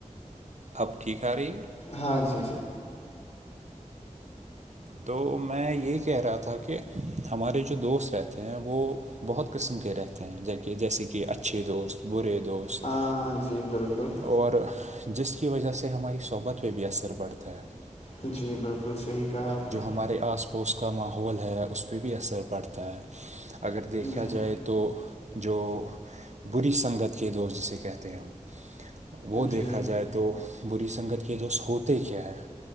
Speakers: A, on the right; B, on the left.
A: اب ٹھیک آ رہی ہے
B: ہاں جی
A: تو میں یہی کہہ رہا تھا کہ ہمارے جو دوست رہتے ہیں وہ بہت قسم کے رہتے ہیں- ہیں ج جیسے کہ اچھے دوست برے دوست
B: ہاں جی بالکل
A: اور جس کی وجہ سے ہماری صحبت پہ بھی اثر پڑتا ہے-
B: جی بالکل صحیح کہا آپ
A: جو
B: نے
A: ہمارے آس پوس کا ماحول ہے اس پہ بھی اثر پڑتا ہے اگر دیکھا
B: جی
A: جائے- تو جو بری سنگت کے دوست جسے کہتے ہیں ہم- وہ
B: جی
A: دیکھا جائے تو بری سنگت کے دوست ہوتے کیا ہیں-